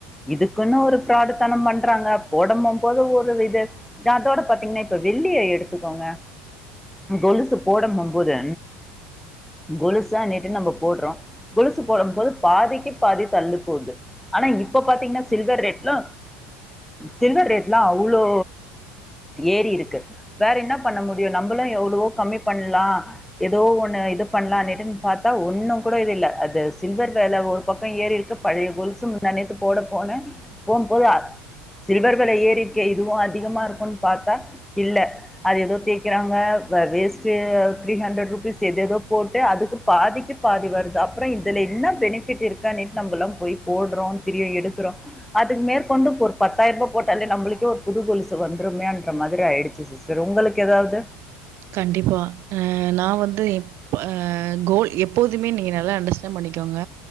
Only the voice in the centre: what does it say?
இதுக்குன்னு ஒரு ஃப்ராடுத்தனம் பண்றாங்க போடம போது ஒரு இது த அத்தோட பாத்தீங்கன்னா இப்ப வெள்ளிய எடுத்துக்கோங்க கொலுசு போட போம் போது கொலுசானுட்டு நம்ப போற்றோ கொலுசு போடும் போது பாதிக்கு பாதி தள்ளு போகுது ஆனா இப்ப பாத்தீங்கன்னா சில்வர் ரேட்லா சில்வர் ரேட்லா அவ்ளோ ஏறி இருக்கு வேற என்ன பண்ண முடியு நம்பளு எவ்வளவோ கம்மி பண்லா ஏதோ ஒண்ண இது பண்லான்னேட்டு பாத்தா ஒன்னு கூட இது இல்ல அது சில்வர் வெல ஒர் பக்க ஏறி இருக்கு பழைய கொலுசு முந்தா நேத்து போட போன்னே போம் போது சில்வர் வெல ஏறிர்க்கே இதுவு அதிகமா இருக்குன் பாத்தா இல்ல அது எதோ தேக்கிறாங்க வேஸ்ட்டு த்ரீ ஹண்ட்ரட் ருபீஸ் எது எதோ போட்டு அதுக்கு பாதிக்கு பாதி வருது அப் பற இதுல என்ன பெனிஃபிட் இருக்கான்னேட் நம்ம எல்லா போய் போடுறோ தெரி எடுக்குறோ அதுக் மேற்கொண்டு ஒரு பத்தாயிரரூபா போட்டாலே நம்மளுக்கே ஒரு புது கொலுசு வந்துருமேன்ற மாரி ஆயிடுச்சு சிஸ் சரி உங்களுக்கு எதாவது